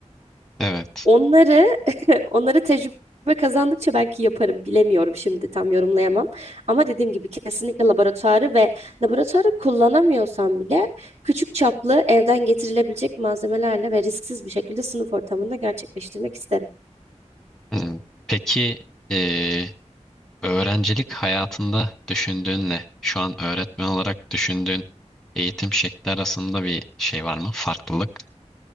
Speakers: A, in the centre; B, on the right.
A: Evet.
B: Onları <laughs> onları tecrübe kazandıkça belki yaparım. Bilemiyorum şimdi tam yorumlayamam. Ama dediğim gibi kesinlikle laboratuvarı ve laboratuvarı kullanamıyorsam bile küçük çaplı evden getirilebilecek malzemelerle ve risksiz bir şekilde sınıf ortamında gerçekleştirmek isterim.
A: Hmm. Peki eee, öğrencilik hayatında düşündüğünle şu an öğretmen olarak düşündüğün eğitim şekli arasında bir şey var mı? Farklılık.